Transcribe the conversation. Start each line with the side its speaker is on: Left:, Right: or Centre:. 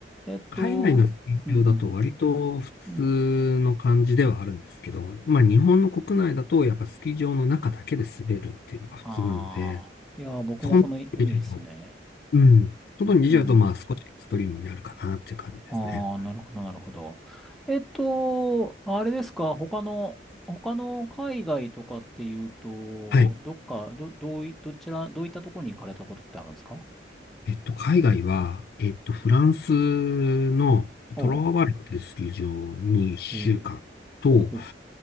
Centre: えっと、
Left: 海外の企業だと割と普通の感じではあるんですけど、
Centre: うんうん、うん。
Left: まあ日本の国内だとやっぱスキー場の中だけで滑るっていうのが普通なので、
Centre: ああ、いやー、僕もそのイメージですね。
Left: そこに出ちゃうと、うん。外に出ちゃうとまあ少しエクストリームになるかなっていう感じですね。
Centre: うん。ああ、なるほど、なるほど。えっと、あれですか、他の、他の海外とかっていうと、
Left: はい。
Centre: どっか、ど、どうい、どちら、どういったところに行かれたことってあるんですか
Left: えっと、海外は、えっと、フランスのトロワバレッっていうスキー場に1週間と、
Centre: おう。えー、ほうほう、